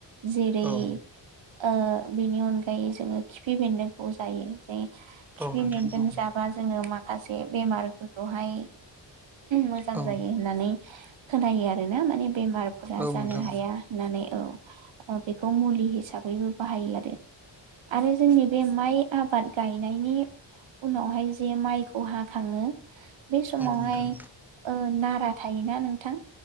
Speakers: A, on the right; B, in the centre.
A: जेरै-
B: औ
A: ओ बेनि अनगा गायै जोङो खिफि बेन्दोंखौ जायो। जे खिफि
B: औ नोंथां
A: बेन्दों
B: औ उम औ नोंथां
A: जाबा जोङो माखासे बे बेमारफोरखौहाय मोजां
B: औ
A: जायो होननानै खोनायो आरो ना माने बेमारफोरा जानो
B: नोंथां
A: हाया होननानै। औ बेखौ मुलि हिसाबैबो बाहायो आरो। आरो जोंनि बे माइ आबाद गायनायनि उनावहाय जे माइखौ हाखाङो बे समावहाय
B: औ नोंथां
A: नारा थायोना नोंथां